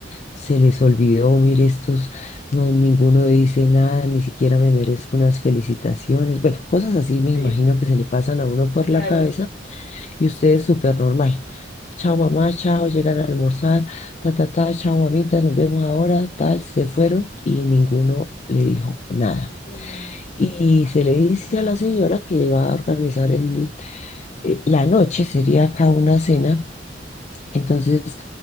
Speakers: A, on the left; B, on the left.
A: se les olvidó, mire, estos, no, ninguno dice nada, ni siquiera me merezco unas felicitaciones. Bueno, cosas así me
B: Sí,
A: imagino que se le pasan a uno por
B: claro.
A: la cabeza y ustedes súper normal. Chao mamá, chao, llegan a almorzar, ta, ta, ta, chao mamita, nos vemos ahora, tal, se fueron y ninguno le dijo nada.
B: Mm,
A: Y se le dice a la señora que va a organizar el, eh, la noche, sería acá una cena. Entonces,